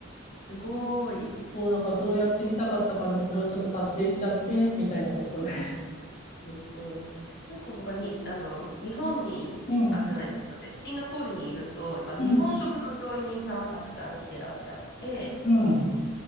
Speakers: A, on the left; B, on the left.
A: すごい。
B: そう、だからそれをやってみたかったから、
A: 結
B: もうそれをちょっと達成しちゃって、みたいなところで。
A: 構、うん。結構やっぱに、あの、日本に、
B: <laughs>
A: いあ、
B: うん、
A: じゃないです、すいません。シンガポールにいると、やっぱ日本食の料理人さんはたくさん来てらっしゃって、
B: うん、うん。